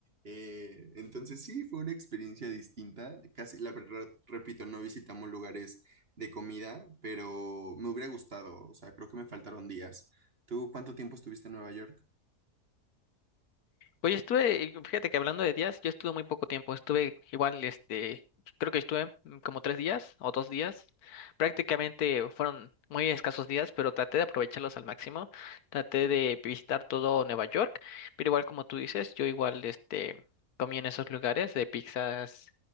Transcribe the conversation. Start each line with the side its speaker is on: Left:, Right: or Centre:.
Right: Eh, entonces sí, fue una experiencia distinta. Casi, la verdad, repito, no visitamos lugares de comida, pero me hubiera gustado, o sea, creo que me faltaron días. ¿Tú cuánto tiempo estuviste en Nueva York?
Left: Oye, estuve, fíjate que hablando de días, yo estuve muy poco tiempo, estuve igual, este, creo que estuve mm, como tres días o dos días, prácticamente fueron muy escasos días, pero traté de aprovecharlos al máximo, traté de visitar todo Nueva York, pero igual como tú dices, yo igual, este, comí en esos lugares de pizzas